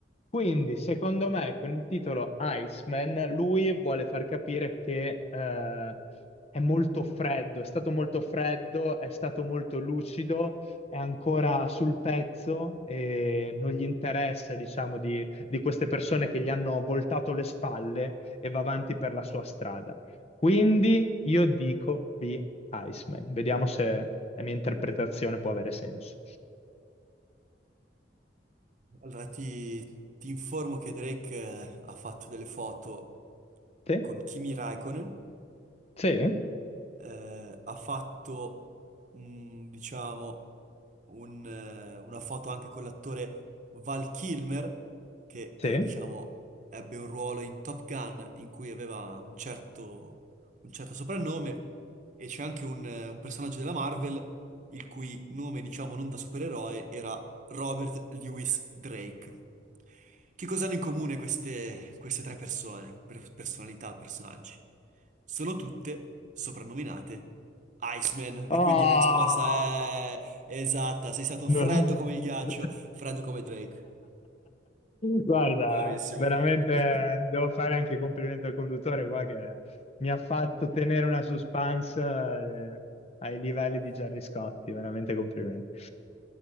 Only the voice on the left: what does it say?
Quindi, secondo me, con il titolo Iceman, lui vuole far capire che eh, è molto freddo, è stato molto freddo, è stato molto lucido è ancora sul pezzo e non gli interessa, diciamo, di, di queste persone che gli hanno voltato le spalle e va avanti per la sua strada. Quindi io dico B. Iceman. Vediamo se la mia interpretazione può avere senso.
Sì?
Sì?
Sì?
Ah!
No.
<laughs>
Guarda,
veramente
devo fare anche i complimenti al conduttore qua che mi ha fatto tenere una suspense eh, ai livelli di Gerry Scotti, veramente complimenti.